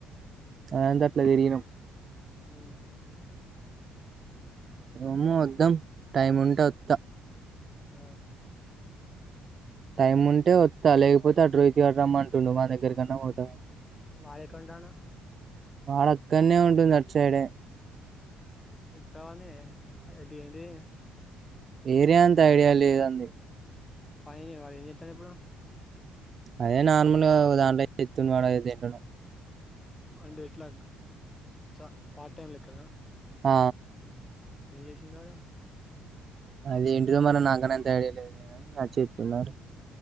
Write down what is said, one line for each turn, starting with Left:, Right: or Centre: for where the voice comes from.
Right: అనందాట్లా తెరిగినం
Left: ఉ
Right: అమ్మో వద్దాం టైం ఉంటే వత్త
Left: ఆ
Right: టైమ్ ఉంటే వస్తా లేకపోతే అడ్ రోహిత్ గాడు రమంటుండు వాణి దగ్గరకన్నా పోతా
Left: వాడ్ ఎక్కడుంటాడు
Right: వాడక్కన్నే ఉంటుండు అటు సైడ్ ఎ
Left: కావనే అ ఏంటి
Right: ఏరియా అంత ఐడియా లేదండి
Left: పాయె ఆడు ఎంచతడిప్పుడు
Right: అదే నార్మల్ దాంట్లో ఎతు వాడం తింటన్నా
Left: అంటే ఎట్లా చ పార్ట్ టైమ్ లెక్కన
Right: ఆ
Left: ఏం చేసిండ్ ఆడు
Right: అది ఏంటిడో మనం నాకని అంత అడియలేదు సర్చ్ చెస్తున్న